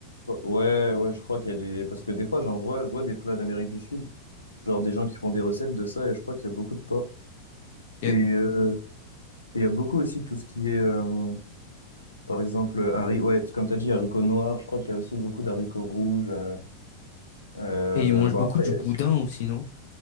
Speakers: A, on the left (about 75°); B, on the left (about 50°).
A: Ouais, ouais, ouais, je crois qu'il y a des. Parce que des fois, j'en vois, je vois des plats d'Amérique du Sud. Genre des gens qui font des recettes de ça, et je crois qu'il y a beaucoup de porc.
B: Ok.
A: Et euh, et il y a beaucoup aussi tout ce qui est, euh, par exemple, haricots, ouais, comme t'as dit, haricots noirs, je crois qu'il y a aussi beaucoup d'haricots rouges. euh, euh,
B: Et ils mangent
A: bon,
B: beaucoup
A: après,
B: du
A: il y
B: boudin
A: a-
B: aussi, non?